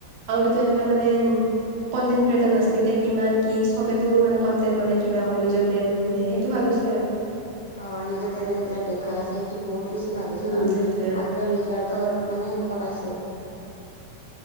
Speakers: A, on the right (about 45°); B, on the left (about 75°).
A: আগতেতো এনেকে মানে কণ্টেট ক্ৰিয়েটাৰ নাছিল এতিয়া কিমান কি চবে তো মানে কণ্টেন্ট বনাই কিবা কৰে নিজৰ ব্ৰেণ্ড খুল সেইটো ভাল ছে আৰু।
B: অ নিজৰ টেলেণ্টবিলাক দেখুৱাই আছে সেইটো বহুত বেছি ভাল হৈছে
A: উম
B: কাৰণ
A: সেইটোয়ে
B: আগবাঢ়ি যোৱাৰ এটা
A: অ।
B: মানে সেনেকুৱা পাইছে।